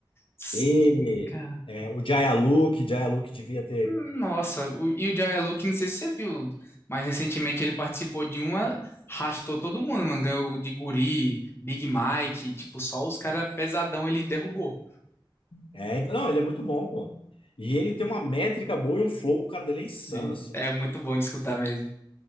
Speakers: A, on the left; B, on the left.
A: Sim,
B: Ele,
A: cara.
B: é, o Jaya Luke, Jaya Luke devia ter.
A: Nossa, o- e o Jaya Luke, não sei se você viu, mas recentemente ele participou de uma, arrastou todo mundo, mano. Ganhou de Guri, Big Mike, tipo, só os caras pesadão ele derrubou.
B: É, então, não, ele é muito bom, pô. E ele tem uma métrica boa e um flow, o cara dele é
A: Sim,
B: insano, assim.
A: é muito bom de escutar mesmo.